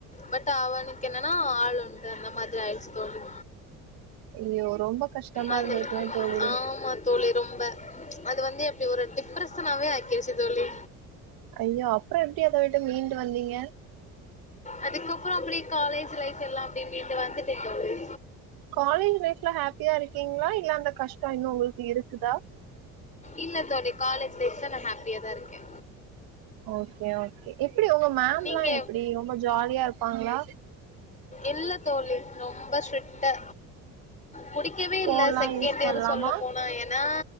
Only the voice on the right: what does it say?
ஐயோ ரொம்ப கஷ்டமா
இருந்திருக்குமே தோழி
ஐயோ அப்றோ எப்டி அத விட்டு மீன்டு வந்தீங்க
காலேஜ் லைஃப்ல ஹாப்பியா இருக்கீங்களா இல்ல அந்த கஷ்டோ இன்னும் உங்களுக்கு இருக்குதா
ஓகே ஓகே எப்டி உங்க மேம்ல்லா
எப்டி ரொம்ப ஜாலியா இருப்பாங்களா
போன்லா
யூஸ்
பண்லாமா